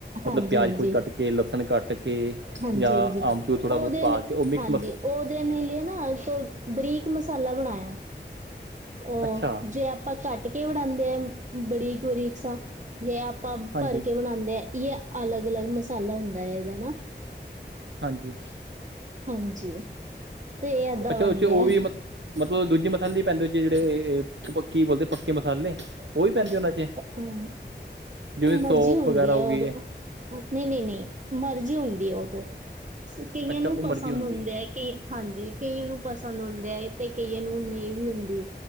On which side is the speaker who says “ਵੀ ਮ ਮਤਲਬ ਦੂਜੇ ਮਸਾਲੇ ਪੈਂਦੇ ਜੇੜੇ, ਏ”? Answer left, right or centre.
Right